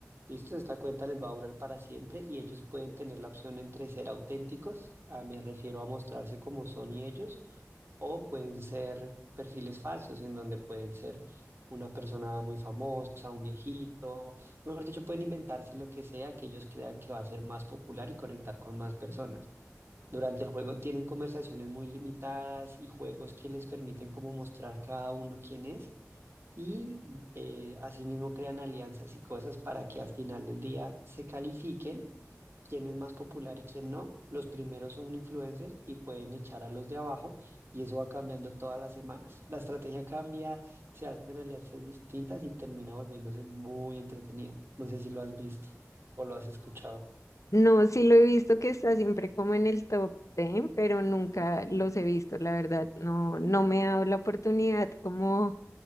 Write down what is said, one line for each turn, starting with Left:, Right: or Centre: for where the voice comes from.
Right: Listo, esta cuenta les va a durar para siempre y ellos pueden tener la opción entre ser auténticos, ah, me refiero a mostrarse como son y ellos, o pueden ser perfiles falsos en donde pueden ser una persona muy famosa, un viejito, mejor dicho, pueden inventarse lo que sea que ellos crean que va a ser más popular y conectar con más personas. Durante el juego tienen conversaciones muy limitadas y juegos que les permiten como mostrar cada uno quién es y eh, asimismo crean alianzas y cosas para que al final del día se califiquen quién es más popular y quién no. Los primeros son influencers y pueden echar a los de abajo y eso va cambiando todas las semanas. La estrategia cambia, se hacen alianzas distintas y termina volviéndose muy entretenido. No sé si lo has visto o lo has escuchado.
Left: No, sí lo he visto que está siempre como en el top 10, pero nunca los he visto, la verdad. No, no me ha dado la oportunidad como,